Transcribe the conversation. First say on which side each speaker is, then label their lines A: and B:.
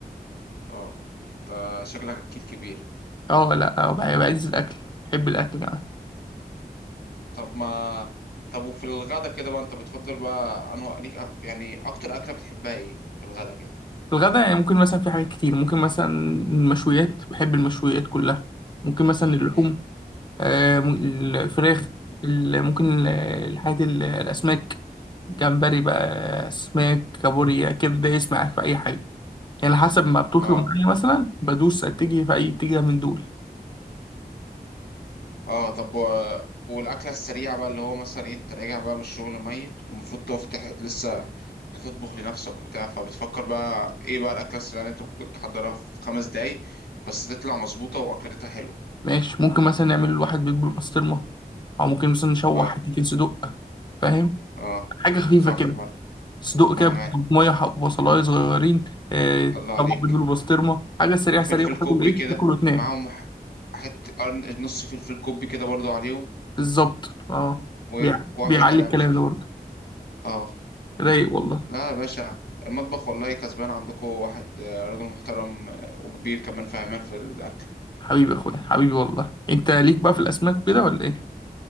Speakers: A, on the left (about 75°); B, on the left (about 25°).
A: اه انت شكلك اكيل كبير
B: اه لا آه، بقى- بعز الاكل بحب الاكل يعني.
A: طب ما طب وفي الغدا كده بقى انت بتفضل بقى انه ليك أ- يعني اكتر اكله بتحبها ايه في الغدا كده
B: الغدا يعني ممكن مثلا في حاجات كتير ممكن مثلا المشويات بحب المشويات كلها ممكن مثلا اللحوم
A: امم
B: آه، م- الفراخ ال- ممكن ال- الحاجات ال- الأسماك جمبري بقى أسماك كابوريا كده دايس معاك في أي حاجة يعني على حسب ما بتطلب
A: اه
B: معايا مثلا بدوس أتجه في أي اتجاه من دول
A: اه طب و... والاكله السريعه بقى اللي هو مثلا إيه، انت راجع بقى من الشغل ميت ومفروض تقف تح- لسه هتطبخ لنفسك وبتاع فبتفكر بقى ايه بقى الاكله السريعه اللي انت ممكن تحضرها في خمس دقايق بس تطلع مظبوطه واكلتها حلوه
B: ماشي ممكن مثلا نعمل واحد بيت بالبسطرمة أو ممكن مثلا نشوح
A: اه
B: حتتين صدق فاهم
A: اه
B: حاجة خفيفة
A: صح
B: كده
A: برضه
B: صدوق
A: فهمان
B: كده بطماطمية وح- وبصلاية صغيرين آه،
A: الله عليك
B: طبق بيض بالبسطرمة حاجة سريعة
A: وفلفل
B: سريعة
A: كوبي
B: تاكل إيه
A: كده
B: تاكل وتنام
A: معاهم حتة قرن- نص فلفل كوبي كده برضو عليهم
B: بالظبط اه
A: و...
B: بيع-
A: واحلى
B: بيعلي
A: كلام
B: الكلام
A: صح
B: ده برضه
A: اه
B: رايق والله
A: لا يا باشا المطبخ والله كسبان عندكم واحد آه، راجل محترم آه، وكبير كمان فهمان في الاكل
B: حبيبي يا أخويا حبيبي والله أنت ليك بقى في الأسماك كده ولا إيه؟